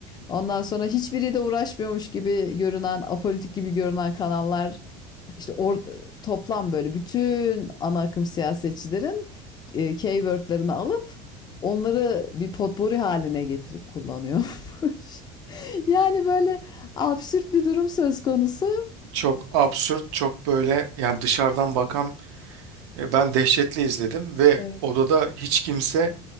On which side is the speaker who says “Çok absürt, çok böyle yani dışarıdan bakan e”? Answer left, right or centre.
Right